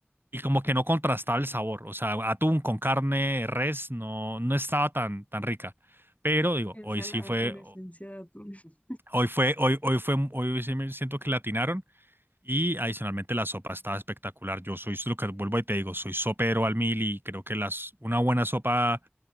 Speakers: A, on the right (about 60°); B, on the left (about 35°).
A: y como que no contrastaba el sabor. O sea, atún con carne, res, no, no estaba tan, tan rica. Pero digo,
B: ensalada
A: hoy sí fue,
B: con esencia de atún. <laughs>
A: hoy fue, hoy, hoy fue, hoy sí me siento que latinaron. Y adicionalmente la sopa estaba espectacular. Yo soy lo que vuelvo y te digo, soy sopero al mil y creo que las, una buena sopa